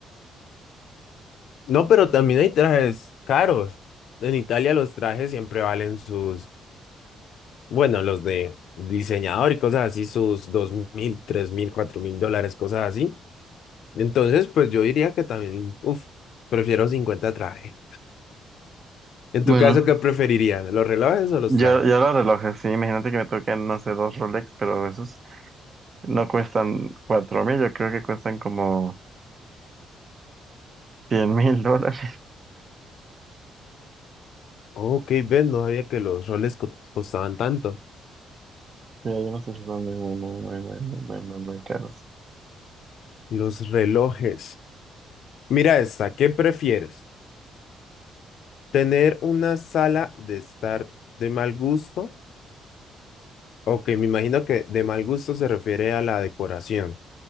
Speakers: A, on the left; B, on the right.
A: No, pero también hay trajes caros. En Italia los trajes siempre valen sus Bueno, los de diseñador y cosas así, sus dos mil, tres mil, cuatro mil dólares, cosas así. Entonces, pues yo diría que también, uff, prefiero 50 trajes. En
B: Bueno,
A: tu caso, ¿qué preferirías? ¿Los relojes o los
B: Ya,
A: trajes?
B: ya los relojes, sí, imagínate que me toquen, no sé, dos Rolex, pero esos no cuestan cuatro mil, yo creo que cuestan como cien mil <laughs> dólares.
A: Ok, ven, no sabía que los roles co- costaban tanto.
B: Sí, yo no sé si son muy, muy, muy, muy, muy, muy, muy, muy, caros.
A: Los relojes. Mira esta, ¿qué prefieres? ¿Tener una sala de estar de mal gusto? Ok, me imagino que de mal gusto se refiere a la decoración.